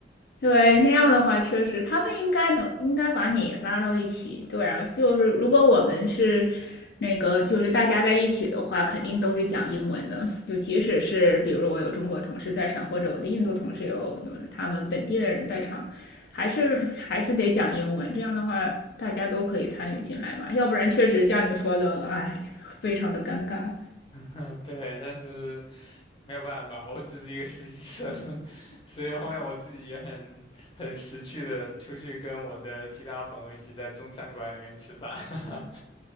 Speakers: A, on the left; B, on the left.
A: 对，那样的话，确实他们应该能应该把你拉到一起。对啊，就是如果我们是那个，就是大家在一起的话，肯定都是讲英文的。就即使是比如我有中国同事在场，或者我的印度同事有就是他们本地的人在场，还是还是得讲英文。这样的话，大家都可以参与进来嘛。要不然确实像你说的，哎，非常的尴尬。
B: 嗯，对，但是。没有办法，我只是一个实习生，<laughs> 所以后面我自己也很很识趣的出去跟我的其他朋友一起在中餐馆里面吃饭，<laughs>